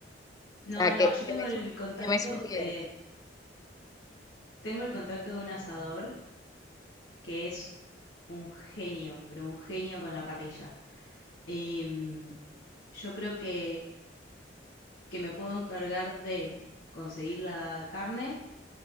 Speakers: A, on the left; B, on the left.
A: No,
B: sea,
A: no,
B: que,
A: yo
B: que
A: tengo
B: me,
A: el
B: su-
A: contacto
B: que me sugieres.
A: de, tengo el contacto de un asador que es un genio, pero un genio con la parrilla. Em, yo creo que, que me puedo encargar de conseguir la carne